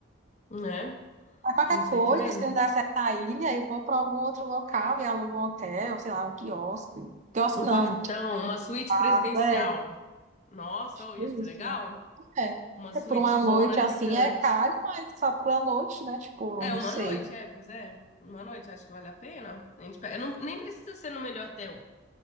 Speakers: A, on the left; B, on the right.
A: Né?
B: Mas qualquer
A: A gente
B: coisa,
A: tem que ver.
B: se não der certo na ilha, eu vou para algum outro local e alugo um hotel, sei lá, um quiosque. Quiosque
A: Um
B: não,
A: quartão,
B: um
A: uma suíte presidencial.
B: café,
A: Nossa,
B: tipo
A: ô, ia
B: isso.
A: ser legal?
B: É,
A: Uma suíte
B: é por uma noite
A: zona
B: assim,
A: gigante.
B: é caro, mas só por uma noite, né? Tipo,
A: É,
B: não
A: uma
B: sei.
A: noite, é, pois é. Uma noite, acho que vale a pena. A gente, pe- não, nem precisa ser no melhor hotel,